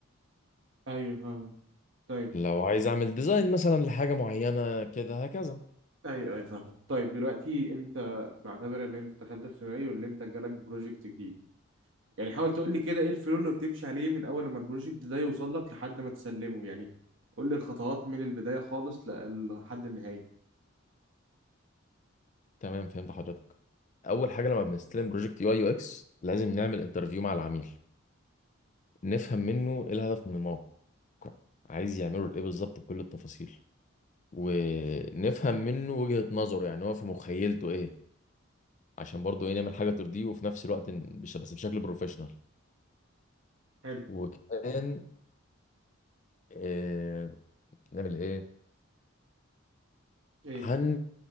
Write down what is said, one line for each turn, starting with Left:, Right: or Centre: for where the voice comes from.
Right: ايوه فاهم طيب
Left: لو عايز اعمل ديزاين مثلا لحاجة معينة كده هكذا
Right: ايوه ايوه فاهم طيب دلوقتي انت نعتبر ان انت دخلت في سيناريو اللي انت جالك بروجكت جديد يعني حاول تقول لي كده ايه الفلو اللي بتمشي عليه من اول ما البروجكت ده يوصل لك لحد ما تسلمه يعني قول لي الخطوات من البداية خالص ل- لحد النهاية
Left: تمام فهمت حضرتك اول حاجة لما بنستلم بروجكت يو اي يو اكس لازم نعمل انترفيو مع العميل نفهم منه ايه الهدف من الموقع عايز يعمله لايه بالظبط بكل التفاصيل ونفهم منه وجهة نظره يعني هو في مخيلته ايه عشان برضه ايه نعمل حاجة ترضيه وفي نفس الوقت ن- بش- بس بشكل بروفيشنال
Right: حلو
Left: وكمان آه نعمل ايه
Right: ايه
Left: هن